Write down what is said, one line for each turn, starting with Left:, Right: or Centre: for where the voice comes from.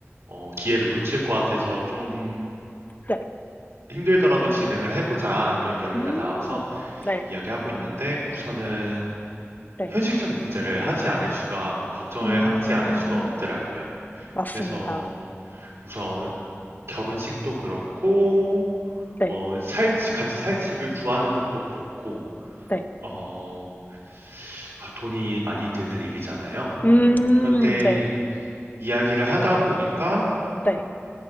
Right: 어, 기회를 놓칠 것 같아서 좀
Left: 네.
Right: 힘들더라도 진행을 해보자 이런 이야기가
Left: 음.
Right: 나와서
Left: 네.
Right: 이야기하고 있는데 우선은
Left: 네.
Right: 현실적인 문제를 하지 않을 수가 걱정을
Left: 음.
Right: 하지 않을 수가 없더라고요.
Left: 맞습니다.
Right: 그래서 우선 결혼식도 그렇고
Left: 네.
Right: 어, 살 집- 같이 살 집을 구하는 것도 그렇고
Left: 네.
Right: 어, 아, 돈이 많이 드는 일이잖아요.
Left: 음.
Right: 그런데
Left: 네.
Right: 이야기를 하다 보니까
Left: 네.